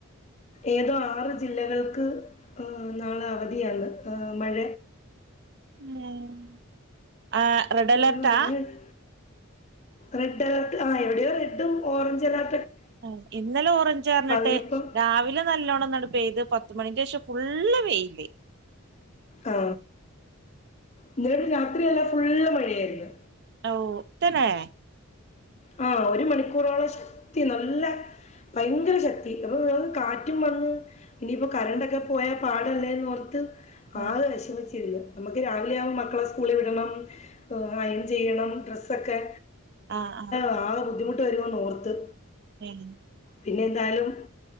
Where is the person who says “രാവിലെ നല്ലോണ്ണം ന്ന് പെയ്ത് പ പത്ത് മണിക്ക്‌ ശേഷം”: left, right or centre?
Right